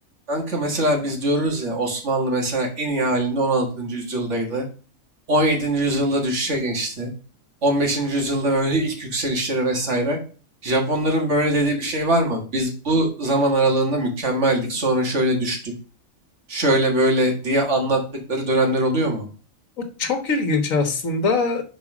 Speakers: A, on the right (about 60°); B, on the left (about 75°).
A: Kanka mesela biz diyoruz ya Osmanlı mesela en iyi halinde 16. yüzyıldaydı. 17. yüzyılda düşüşe geçti. 15. yüzyılda böyle <laughs> ilk yükselişleri vesaire. Japonların böyle dediği bir şey var mı? Biz bu zaman aralığında mükemmeldik, sonra şöyle düştük, şöyle böyle diye anlattıkları dönemler oluyor mu?
B: O çok ilginç aslında.